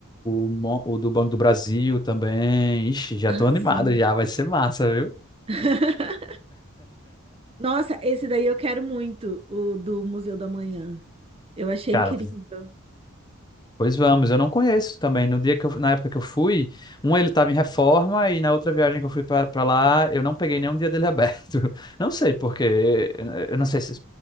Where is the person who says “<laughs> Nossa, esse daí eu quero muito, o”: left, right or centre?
Right